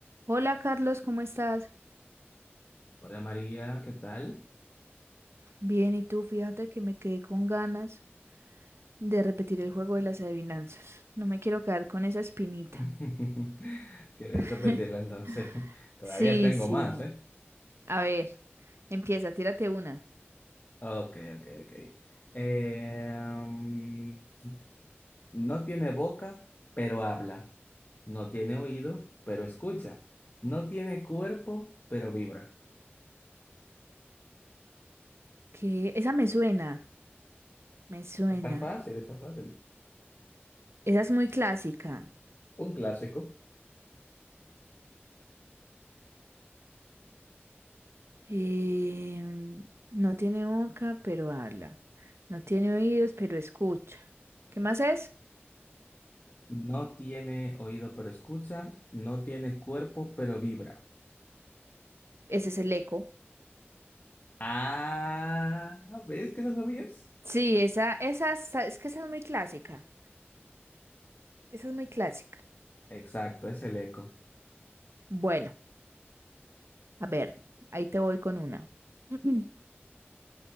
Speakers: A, on the right (about 75°); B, on the left (about 45°).
A: Hola Carlos, ¿cómo estás?
B: Hola María, ¿qué tal?
A: Bien, ¿y tú? Fíjate que me quedé con ganas de repetir el juego de las adivinanzas. No me quiero quedar con esa espinita.
B: <laughs> ¿Quieres
A: <laughs>
B: repetirla entonces? <laughs> Todavía
A: Sí,
B: tengo
A: sí.
B: más, ¿eh?
A: A ver, empieza, tírate una.
B: Ok, ok, ok. Em, no tiene boca, pero habla. No tiene oído, pero escucha. No tiene cuerpo, pero vibra.
A: Que esa me suena, me suena.
B: Está fácil, está fácil.
A: Esa es muy clásica.
B: Un clásico.
A: Em, no tiene boca, pero habla. No tiene oídos, pero escucha. ¿Qué más es?
B: No tiene oído, pero escucha. No tiene cuerpo, pero vibra.
A: Ese es el eco.
B: Ah, ¿ves que lo sabías?
A: Sí, esa, esa, es es que esa es muy clásica. Esa es muy clásica.
B: Exacto, es el eco.
A: Bueno. A ver, ahí te voy con una. <clears throat>